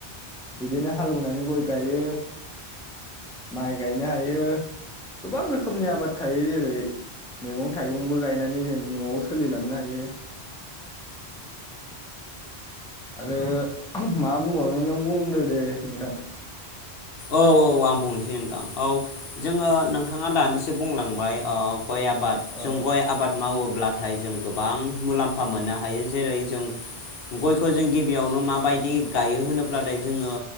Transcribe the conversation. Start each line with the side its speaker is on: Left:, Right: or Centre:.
Centre: बिदिनो हालेवनानै गय गायो। माइ गायनो हायो गोबां रोखोमनि आबाद थायो जेरै मैगं थाइगंबो गायनानै जों नआव सोलिलांनो हायो। आरो अहम मा बुंबाव नों बुंदो दे नोंथां
Left: औ औ आं बुंनोसै नोंथां औ जोङो नोंथाङा दानि एसे बुंलांबाय ओ गय आबाद जों
Centre: औ
Left: गय आबाद मावो ब्लाथाय जों गोबां मुलाम्फा मोननो हायो जेरै जों गयखौ जों गि बियावनो माबायदि गायो होनो ब्लादाय जोङो